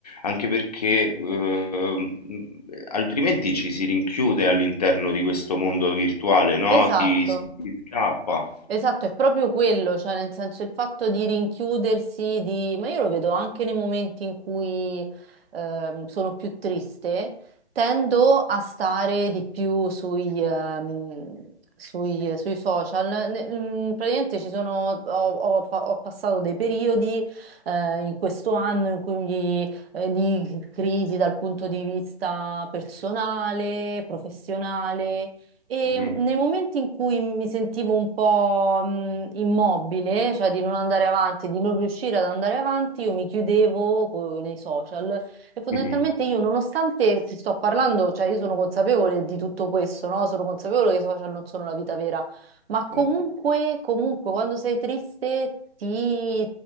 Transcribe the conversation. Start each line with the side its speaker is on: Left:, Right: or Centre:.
Left: Anche perché eh, altrimenti ci si rinchiude all'interno di questo mondo virtuale, no?
Right: Esatto.
Left: Si, si scappa.
Right: Esatto, è proprio quello, cioè nel senso il fatto di rinchiudersi, di... ma io lo vedo anche nei momenti in cui ehm, sono più triste, tendo a stare di più sui, ehm, sui- eh, sui social. Ne- mm, praticamente ci sono, ho, ho pa- ho passato dei periodi eh, in questo anno in cui eh, di crisi dal punto di vista personale, professionale. E
Left: Mhm,
Right: nei momenti in cui mi sentivo un po' mh, immobile, cioè di non andare avanti, di non riuscire ad andare avanti, io mi chiudevo co- nei social e fondamentalmente
Left: mhm,
Right: io, nonostante ti sto parlando, cioè io sono consapevole di tutto questo, no? Sono consapevole che i social non sono la vita vera, ma comunque,
Left: certo.
Right: comunque quando sei triste ti,